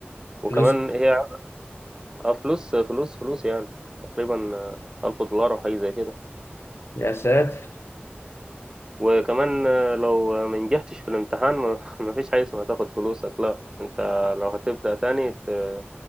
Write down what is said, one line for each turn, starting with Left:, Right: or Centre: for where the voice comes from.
Right: وكمان
Left: فلوس
Right: هي آه، فلوس فلوس فلوس يعني تقريبا آه، ألف دولار أو حاجة زي كده
Left: يا ساتر
Right: وكمان آه، لو ما نجحتش في الامتحان ما <laughs> ما فيش حاجة اسمها تاخد فلوسك لا انت لو هتبدأ تاني ت-